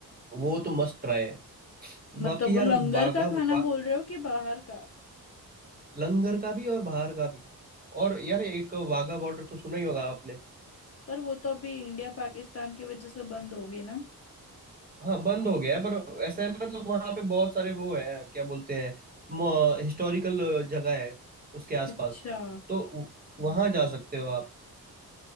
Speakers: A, on the right; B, on the left.
A: वो तो मस्ट ट्राई है
B: मतलब
A: बाकी
B: वो
A: यार
B: लंगर
A: बागा
B: का
A: बा,
B: खाना बोल रहे हो कि बाहर का
A: लंगर का भी और बाहर का भी और यार एक वाघा बॉर्डर तो सुना ही होगा आपने
B: पर वो तो अभी इंडिया पाकिस्तान की वजह से बंद हो गई ना
A: हाँ बंद हो गया है पर ऐसा है मतलब वहाँ पे बहुत सारे वो है क्या बोलते हैं हिस्टोरिकल जगह है उसके आसपास
B: अच्छा
A: तो वहाँ जा सकते हो आप